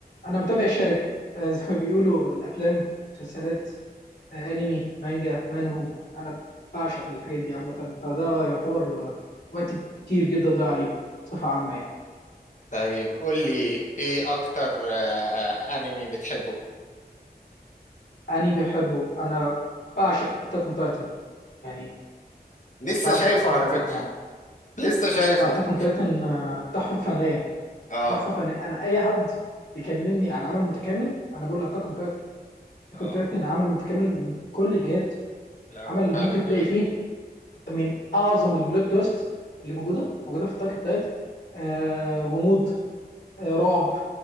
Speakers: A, on the left (about 85°); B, on the left (about 50°).
A: انا متابع الشره آه، زي ما بيقولوا الافلام المسلسلات آه، انمي مانجا مانهو انا بعشق الحاجات دي عامه فده يعتبر آه، وقت كتير جدا ضايع عليه بصفه عامه يعني
B: طيب قول لي ايه اكتر آه، آه، انمي بتحبه
A: انمي بحبه انا بعشق اتاك اون تايتن يعني
B: لسه
A: بعشق
B: شايفه
A: اتاك
B: على
A: اون تايتن
B: فكره
A: اه
B: لسه شايفه
A: اتاك اون تايتن تحفه فنيه
B: اه
A: تحفه فنيه انا اي حد بيكلمني عن عمل متكامل انا بقول له اتاك اون تايتن اتاك
B: اه
A: اون تايتن عمل متكامل من كل الجهات
B: لا
A: عمل
B: هو فعلا
A: ممكن تلاقي
B: جامد
A: فيه
B: جدا
A: من اعظم البلوت تويست اللي موجوده
B: مم.
A: موجوده في اتاك اون تايتن آه غموض آه رعب